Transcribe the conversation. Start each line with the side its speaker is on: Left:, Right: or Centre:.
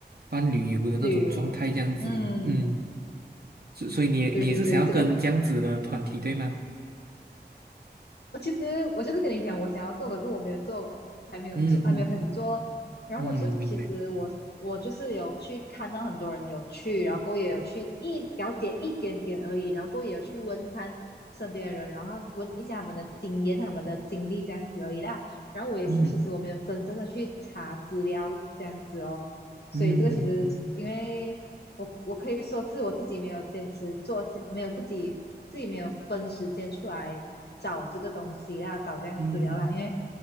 Right: 半旅游的那种状态这样子，
Left: 旅游，嗯，
Right: 嗯，所所以你也你也是想要跟这样子的团体对吗？
Left: 对对对，这个我其实我就是跟你讲，我想要做，可是我没有做，还没有做，
Right: 嗯嗯
Left: 还没有开始做。然后我就其实我我就是有去看到很多人有去，
Right: 嗯，明白，
Left: 然后过后也有去一了解一点点而已，然后过后也有去问看身边的人，然后问一下他们的经验、他们的经历这样子而已啦。然后我也是，
Right: 嗯
Left: 其实我没有真正的去查资料这样子哦，所以这个其实因为。
Right: 嗯嗯嗯
Left: 我我可以说是我自己没有坚持做，没有自己自己没有分时间出来找这个东西啦，找这样的资料啦，
Right: 嗯嗯，嗯
Left: 因为